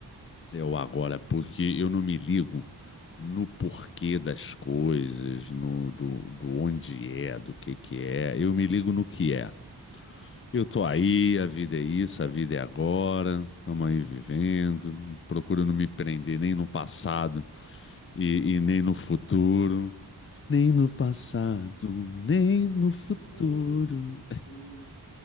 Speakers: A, on the left; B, on the left.
A: É o agora, porque eu não me ligo no porquê das coisas, no do, do onde é, do que que é. Eu me ligo no que é. Eu tô aí, a vida é isso, a vida é agora, estamos aí vivendo. Procuro não me prender nem no passado e, e nem no futuro. Nem no passado, nem no futuro.
B: Nem no futuro.